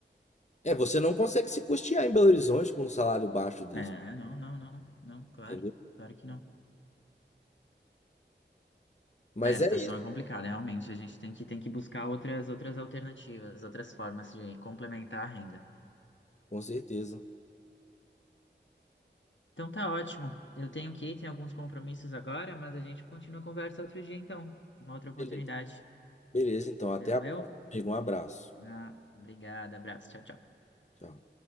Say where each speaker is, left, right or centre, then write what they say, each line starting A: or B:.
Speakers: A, on the left; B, on the left.
A: É, você não consegue se custear em Belo Horizonte com um salário baixo desse,
B: É, não, não, não, não, claro,
A: entendeu?
B: claro que não.
A: Mas
B: É, a situação
A: é isso,
B: é complicada, realmente. A gente tem que, tem que buscar outras, outras alternativas, outras formas de complementar a renda.
A: com certeza.
B: Então tá ótimo. Eu tenho que ir, tenho alguns compromissos agora, mas a gente continua a conversa outro dia, então. Uma outra oportunidade.
A: Beleza. Beleza, então, até
B: Valeu?
A: a próxima, amigo. Um abraço.
B: Ah, obrigado, abraço. Tchau, tchau.
A: Tchau.